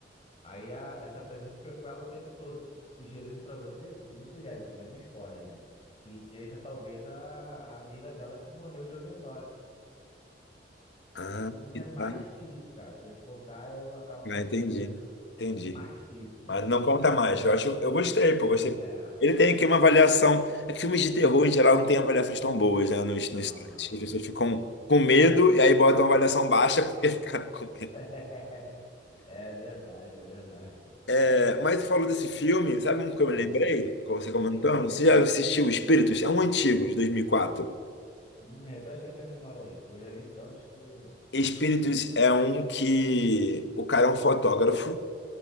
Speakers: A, on the left; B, on the left.
A: Aí a- essa presença fica com ela o tempo todo, sugerindo pra você, que o filme sugere, isso não é nem spoiler, né? Que seja talvez a, a amiga dela que morreu de overdose.
B: Ah,
A: Só que o filme
B: que
A: é mais
B: tá.
A: que isso, cara. Se eu te contar, eu acabo com
B: Ah,
A: a tua
B: entendi.
A: experiência.
B: Entendi.
A: É mais que isso, muito
B: Mas não
A: mais
B: conta
A: que isso.
B: mais. Eu acho, eu gostei, pô, gostei.
A: É,
B: Ele tem aqui uma avaliação. É que filmes de terror, em geral, não tem avaliações tão boas, né, nos,
A: não,
B: nos sites.
A: não.
B: As pessoas ficam com medo e aí botam uma avaliação baixa <laughs> porque ficaram com
A: <laughs>
B: medo.
A: É verdade, é verdade.
B: É, mas você falou desse filme, sabe um que eu me
A: Ah,
B: lembrei, com você comentando?
A: o quê?
B: Você já assistiu Espíritos? É um antigo, de 2004.
A: Hum, refresca a minha memória aí, que eu já vi tantos que.
B: Espíritos é um que o cara é um fotógrafo.